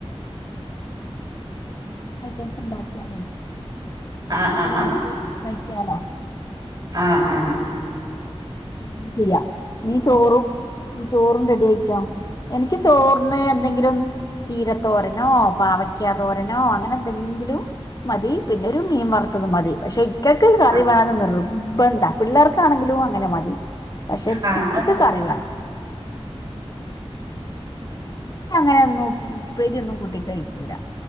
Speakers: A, on the left; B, on the right.
A: നന്നായിട്ട് ഉണ്ടാക്കിയാലേ
B: ആ
A: അവർക്ക്
B: ആ ആ
A: വേണ്ടത് കയിക്കാലോ
B: ആ ആ ആ
A: അങ്ങനെ ചെയ്യാം നീ ചോറും ചോറും റെഡി ആയിക്കോ എനിക്ക് ചോറിന്ന് എന്തെങ്കിലും ചീരത്തോരനോ പാവക്ക തോരനോ അങ്ങനെ എന്തെങ്കിലും ങ്കിലും മതി പിന്നെ ഒരു മീൻ വറുത്തത് മതി പക്ഷെ ഇക്കൊക്കെ കറി
B: ആ
A: വേണന്ന് നിറബന്ധ പിള്ളേർക്കാണെങ്കിലും അങ്ങനെ മതി പക്ഷെ
B: ആ
A: ഇക്കക്ക്
B: ആ
A: കറി വേണം ഇക്ക അങ്ങനെയൊന്നും ഉപ്പേരിയൊന്നും കൂട്ടി കഴിക്കൂല